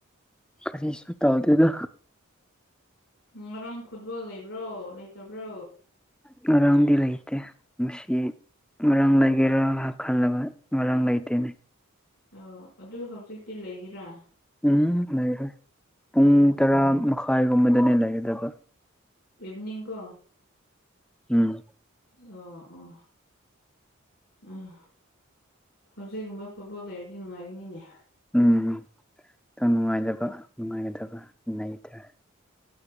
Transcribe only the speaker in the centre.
ꯀꯔꯤ ꯁ ꯇꯥꯎꯗꯦꯗ
ꯉꯔꯥꯡꯗꯤ ꯂꯩꯇꯦ ꯃꯁꯤ ꯃꯔꯥꯡ ꯂꯩꯒꯦꯔꯥ ꯉꯥꯏꯍꯥꯛ ꯈꯜꯂꯒ ꯃꯔꯥꯡ ꯂꯩꯇꯦꯅꯦ
ꯎꯝ ꯂꯩꯔꯣꯏ ꯄꯨꯡ
ꯇꯔꯥ ꯃꯈꯥꯏꯒꯨꯝꯕꯗꯅꯦ ꯂꯩꯒꯗꯕ
ꯎꯝ
ꯎꯝ ꯎꯝ ꯈꯤꯇꯪ ꯅꯨꯡꯉꯥꯏꯇꯕ ꯅꯨꯡꯉꯥꯏꯒꯗꯕ ꯂꯩꯇꯥꯔꯦ